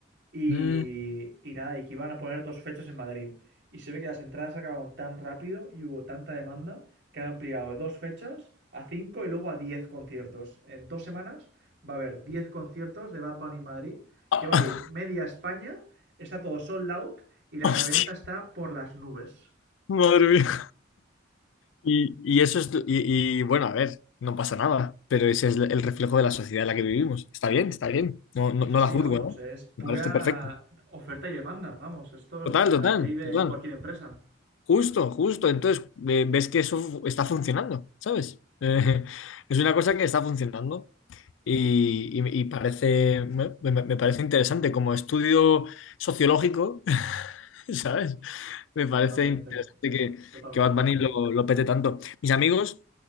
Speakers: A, on the right (about 65°); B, on the left (about 85°).
A: y,
B: Mm,
A: y nada, y que iban a poner dos fechas en Madrid. Y se ve que las entradas se acabaron tan rápido y hubo tanta demanda que han ampliado de dos fechas a cinco y luego a diez conciertos. En dos semanas va a haber diez conciertos de Bad Bunny en Madrid,
B: <laughs>
A: que va a ir media España, está todo sold out y la
B: hostia.
A: reventa está por las nubes.
B: Madre mía. Y, y eso es. Y, y, bueno, a ver, no pasa nada. Pero ese es el reflejo de la sociedad en la que vivimos. Está bien, está bien. No, no, no
A: Sí, sí,
B: la juzgo,
A: vamos,
B: ¿no?
A: es pura
B: Me parece perfecto.
A: oferta y demanda, vamos, esto
B: Total,
A: es la
B: total,
A: ley de
B: total.
A: cualquier empresa.
B: Justo, justo. Entonces, eh, ves que eso fu- está funcionando, ¿sabes? Eh, <laughs> es una cosa que está funcionando y, y- y parece, me, me- me parece interesante como estudio sociológico, <laughs> ¿sabes? Me parece
A: Totalmente,
B: interesante que,
A: totalmente.
B: que Bad Bunny lo, lo pete tanto. Mis amigos